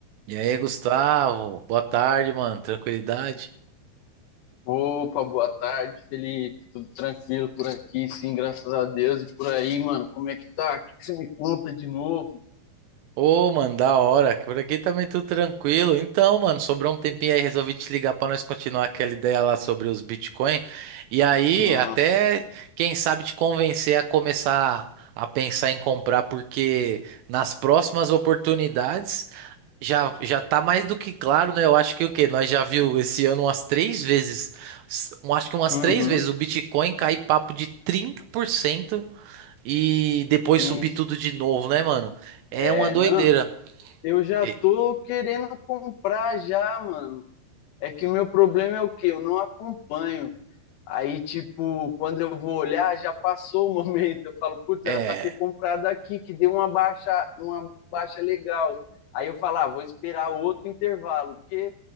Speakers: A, on the right; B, on the left.
A: E aí, Gustavo? Boa tarde, mano. Tranquilidade?
B: Opa, boa tarde, Felipe. Tudo tranquilo por aqui, sim, graças a Deus. E por aí, mano, como é que tá? O que que você me conta de novo?
A: Ô, mano, da hora. Por aqui também tudo tranquilo. Então, mano, sobrou um tempinho aí, resolvi te ligar pra nós continuar aquela ideia lá sobre os Bitcoin. E aí,
B: Nossa.
A: até quem sabe te convencer a começar a pensar em comprar, porque nas próximas oportunidades já já tá mais do que claro, né? Eu acho que o quê? Nós já viu esse ano umas três vezes, s- um- acho que umas
B: Uhum.
A: três vezes o Bitcoin cair papo de 30%. e depois subir
B: Isso.
A: tudo de novo, né, mano? É
B: É,
A: uma doideira.
B: não. Eu já
A: E-
B: tô querendo comprar já, mano. É que o meu problema é o quê? Eu não acompanho. Aí, tipo, quando eu vou olhar, já passou o <laughs> momento. Eu falo, putz,
A: É,
B: era para ter comprado aqui, que deu uma baixa, uma baixa legal. Aí eu falo, ah, vou esperar outro intervalo, porque